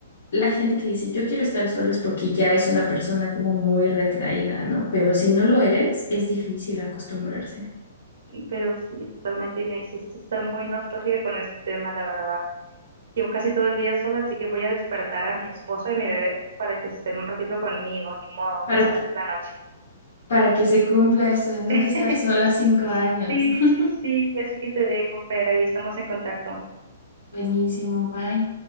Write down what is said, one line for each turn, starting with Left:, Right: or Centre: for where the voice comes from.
Left: la gente que dice yo quiero estar solo es porque ya es una persona como muy retraída, ¿no? Pero si no lo eres, es difícil acostumbrarse.
Right: pero sí, totalmente, y me hiciste estar muy nostálgica con este tema, la verdad. Llevo casi todo el día sola, así que voy a despertar a mi esposo y a mi bebé para que estén un ratito conmigo, ni modo, aunque
Left: Para
Right: sea
Left: que,
Right: las 10 de la noche.
Left: para que se cumpla esto de nunca
Right: <laughs>
Left: estar sola cinco años.
Right: Sí,
Left: <laughs>
Right: sí, sí, así que te dejo, Fera, y estamos en contacto.
Left: Buenísimo, bye.